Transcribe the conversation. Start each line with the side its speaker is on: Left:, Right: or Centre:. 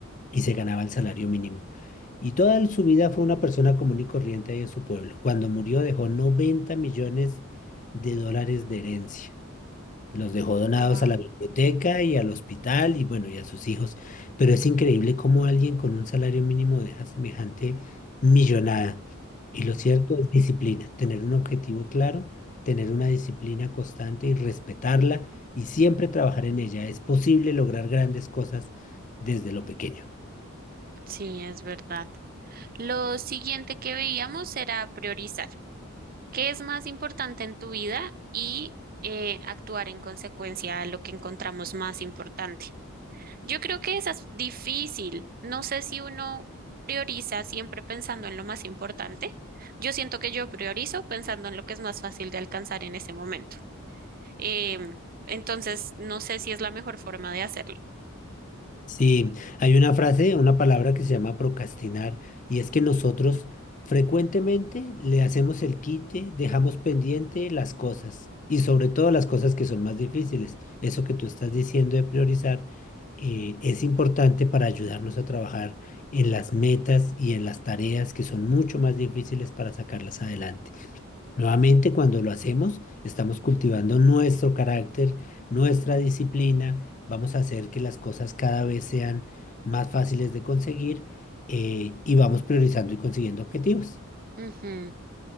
Left: y se ganaba el salario mínimo. Y toda su vida fue una persona común y corriente ahí en su pueblo. Cuando murió dejó noventa millones de dólares de herencia. Los dejó donados
Right: Wow.
Left: a la biblioteca y al hospital y bueno, y a sus hijos. Pero es increíble cómo alguien con un salario mínimo deja semejante millonada. Y lo cierto es disciplina, tener un objetivo claro, tener una disciplina constante y respetarla y siempre trabajar en ella. Es posible lograr grandes cosas desde lo pequeño.
Right: Sí, es verdad. Lo siguiente que veíamos era priorizar. ¿Qué es más importante en tu vida y eh, actuar en consecuencia a lo que encontramos más importante? Yo creo que esa es difícil. No sé si uno prioriza siempre pensando en lo más importante. Yo siento que yo priorizo pensando en lo que es más fácil de alcanzar en ese momento. Em, entonces, no sé si es la mejor forma de hacerlo.
Left: Sí, hay una frase, una palabra que se llama procrastinar y es que nosotros frecuentemente le hacemos el quite, dejamos pendiente las cosas y sobre todo las cosas que son más difíciles. Eso que tú estás diciendo de priorizar eh, es importante para ayudarnos a trabajar en las metas y en las tareas que son mucho más difíciles para sacarlas adelante. Nuevamente, cuando lo hacemos, estamos cultivando nuestro carácter, nuestra disciplina Vamos a hacer que las cosas cada vez sean más fáciles de conseguir eh, y vamos priorizando y consiguiendo objetivos.
Right: Ujú.